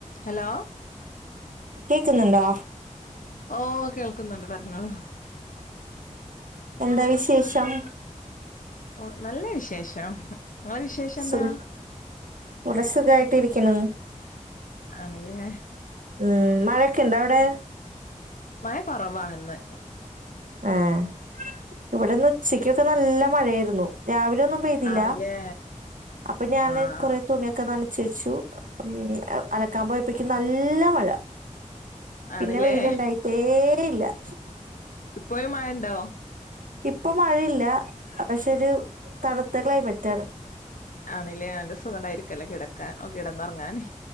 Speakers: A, on the left; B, on the right.
A: Hello
B: കേക്കുന്നുണ്ടാ
A: ഓ കേൾക്കുന്നുണ്ട് പറഞ്ഞോളോ
B: എന്താ വിശേഷം
A: ഓ നല്ല വിശേഷം നിങ്ങളെ വിശേഷം എന്താ
B: സുഖ ഇവിടെ സുഖായിട്ട് ഇരിക്കുന്നു
A: ആണല്ലേ
B: ഉം മഴൊക്കെ ഇണ്ട അവിടെ
A: ഭയ കുറവാന്ന്
B: ആഹ് ഇവിട്ന്ന് ഉച്ചക്ക്ക്കെ നല്ല മഴയായിരുന്നു രാവിലെ- ഒന്നും പെയ്തില്ല
A: ആണല്ലേ
B: അപ്പംഞാന്
A: ആഹ്
B: കൊറേ തുണിയൊക്കെ നന ച്ചൂ അം അലക്കാമ്പോയപ്പേക്കും നല്ല മഴ- പിന്നെ
A: ആണല്ലേ
B: വെയില്ണ്ടായിട്ടേ ഇല്ല-
A: ഇപ്പോയും മഴണ്ടോ-
B: ഇപ്പൊ മഴയില്ല പക്ഷെ ഒരു തണുത്ത ക്ലൈമറ്റ് ആണ്-
A: ആണില്ലേ നല്ല സുഖണ്ടായിരിക്കല്ലേ കിടക്കാന് ഓ കിടന്നൊറങ്ങാന്-